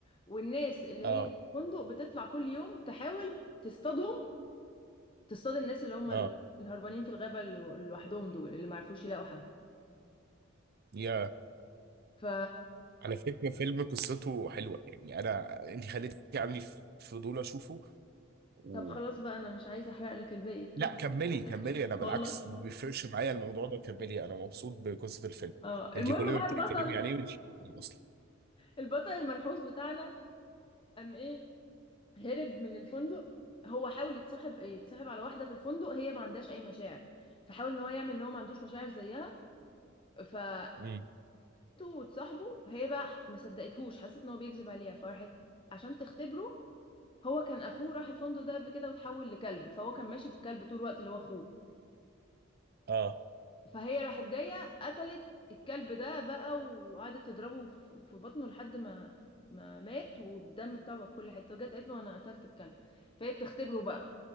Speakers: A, on the left; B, on the right.
A: والناس اللي
B: اه
A: هي في الفندق بتطلع كل يوم تحاول تصطادهم تصطاد الناس اللي هم
B: اه
A: ال- الهربانين في الغابة الو- لوحدهم دول اللي ما عرفوش يلاقوا حد
B: يا
A: ف
B: على فكره فيلم قصته حلوه يعني انا انت خليتي عندي ف- فضول اشوفه و...
A: طب خلاص بقى انا مش عايزة احرق لك الباقي
B: لا
A: روح
B: كملي
A: <laughs>
B: كملي انا بالعكس
A: والله
B: ما بيفرقش معايا الموضوع ده كملي انا مبسوط بقصه الفيلم
A: اه
B: انت
A: المهم
B: كل
A: بقى
B: ما بتتكلمي
A: البطل
B: عليه مش اصلا
A: البطل المنحوس بتاعنا قام ايه هرب من الفندق هو حاول يتصاحب يتصاحب على واحده في الفندق هي ما عندهاش اي مشاعر فحاول ان هو يعمل ان هو ما عندوش مشاعر زيها فقبلته
B: مم.
A: وتصاحبه هي بقى ما صدقتهوش حست ان هو بيكذب عليها فراحت عشان تختبره هو كان اخوه راح الفندق ده قبل كده وتحول لكلب فهو كان ماشي بكلب طول الوقت اللي هو اخوه
B: اه
A: فهي راحت جاية قتلت الكلب ده بقى وقعدت تضربه ف- في بطنه لحد ما ما مات والدم بتاعه بقى في كل حتة وجت قالت له انا قتلت الكلب فهي بتختبره بقى